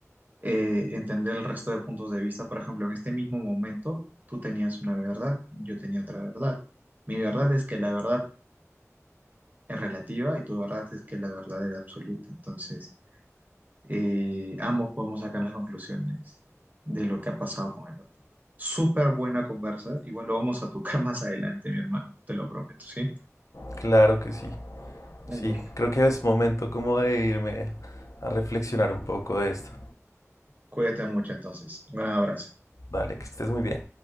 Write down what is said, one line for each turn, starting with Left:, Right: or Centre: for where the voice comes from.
Right: eh, entender el resto de puntos de vista. Por ejemplo, en este mismo momento tú tenías una verdad, yo tenía otra verdad. Mi verdad es que la verdad es relativa y tu verdad es que la verdad es absoluta. Entonces, eh, ambos podemos sacar las conclusiones de lo que ha pasado con el otro. Súper buena conversa. Igual lo vamos a tocar <laughs> más adelante, mi hermano. Te lo prometo, ¿sí?
Left: Claro que sí.
Right: Igual.
Left: Sí, creo que es momento como de irme a reflexionar un poco de esto.
Right: Cuídate mucho entonces. Un gran abrazo.
Left: Vale, que estés muy bien.